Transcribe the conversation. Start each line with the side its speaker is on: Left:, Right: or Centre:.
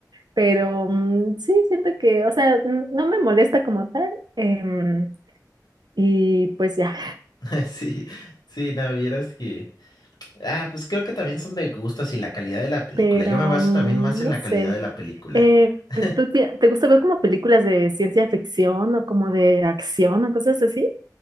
Right: Pero mm, sí, siento que, o sea, n- no me molesta como tal. em, y pues ya,
Left: <laughs> sí, sí, no, vieras que... Ah, pues creo que también son de gustos y la calidad de la película.
Right: pero
Left: Yo me baso
Right: mm,
Left: también más en
Right: no
Left: la calidad
Right: sé.
Left: de la película.
Right: Eh,
Left: <laughs>
Right: ¿tú ti- te gusta ver como películas de ciencia ficción o como de acción o cosas así?